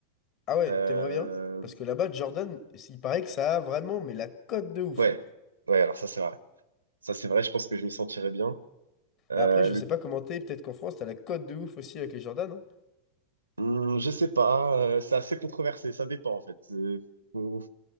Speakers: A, on the left (about 40°); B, on the right (about 75°).
A: Ah ouais,
B: Euh,
A: t'aimerais bien? Parce que là-bas, Jordan, il paraît que ça a vraiment, mais la cote de ouf.
B: ouais,
A: hein.
B: ouais, alors ça c'est vrai. Ça c'est vrai, je pense que je m'y sentirais bien. Euh,
A: Bah après, je
B: le...
A: sais pas comment t'es, peut-être qu'en France, t'as la cote de ouf aussi avec les Jordan. hein.
B: hum, je sais pas, euh, c'est assez controversé, ça dépend en fait. C'est- faut-